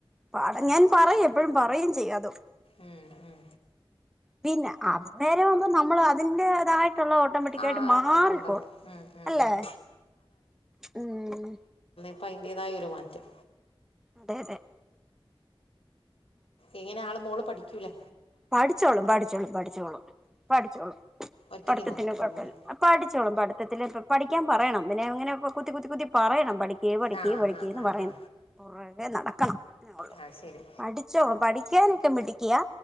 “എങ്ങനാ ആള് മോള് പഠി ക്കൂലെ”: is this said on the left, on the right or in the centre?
Left